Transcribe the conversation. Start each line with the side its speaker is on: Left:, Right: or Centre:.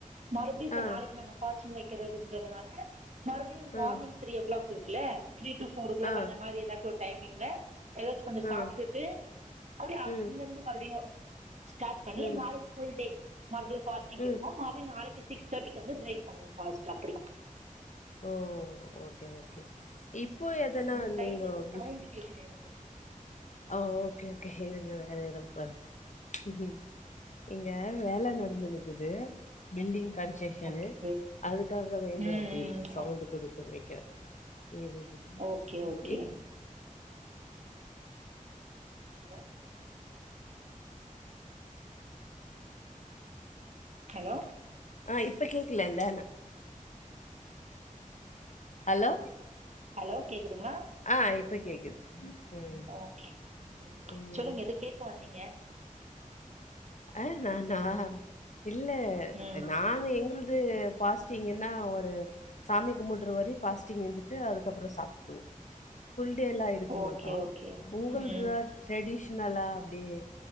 Right: மறுபடியு இப்ப
Left: ஆ,
Right: நாளைக்கு நாங்க ஃபாஸ்டிங் வைக்கிறதுன்றனால மறுபடியு மார்னிங்
Left: ஆ,
Right: த்ரீ ஓ கிளாக் இருக்குல த்ரீ டு ஃபர் ஓ கிளாக்
Left: ஆ,
Right: அந்த மாறி ஏதாச்சு ஒரு டைமிங்ல ஏதாச்சு கொஞ்சோ
Left: ஆ.
Right: சாப்ட்டுட்டு அப்டிய
Left: ம்,
Right: அங்க அங்க மறுபடியு ஸ்டார்ட் பண்ணி
Left: ம்,
Right: நாளைக்கு ஃபுல் டே மறுபடியு ஃபாஸ்டிங்
Left: ம்.
Right: இருப்போ மறுபடியு நாளைக்கு சிக்ஸ் தேர்டிக்கு வந்து பிரேக் பண்ணுவோ பாஸ்ட்டா அப்புடி
Left: ஓ ஓகே ஓகே இப்போ எதனா
Right: உங்க சைடுல
Left: நீங்க
Right: ஏதோ
Left: கிஃப்ட்
Right: சவுண்ட் கேக்குது எனக்கு
Left: ஆ ஓகே ஓகே இருங்க வேற எடோ பாருங் இங்க வேல நடந்துன்னுக்குது பில்டிங் கன்ஸ்ட்ரக்ஷனு
Right: ஓகே.
Left: அதுக்காக வேண்டி
Right: ம், ம்.
Left: அப்டி சவுண்ட் கொடுக்கு நெனைக்கிற ம்
Right: ஓகே, ஓகே.
Left: ம்
Right: என்ன ஹலோ
Left: ஆ இப்ப கேக்கலல்ல ஹலோ
Right: ஹலோ கேக்குதுங்களா
Left: ஆ இப்ப கேக்குது ம்
Right: ஓகே
Left: ம்
Right: சொல்லுங்க எதோ கேக்க வந்தீங்க
Left: ஆ நானா இல்ல
Right: ம்
Left: நாங்க எங்களுக் வந்து பாஸ்டிங்குன்னா ஒரு சாமி கும்பிட்டுற வரை பாஸ்டிங் இருந்துட்டு அதுக்கப்பறோ சாப்பிடுவோ ஃபுல் டே லா <unintelligible>
Right: ஓகே
Left: மாட்டா
Right: ஓகே
Left: உங்களதுல
Right: ம்
Left: ட்ரெடிஷனலா அப்டியே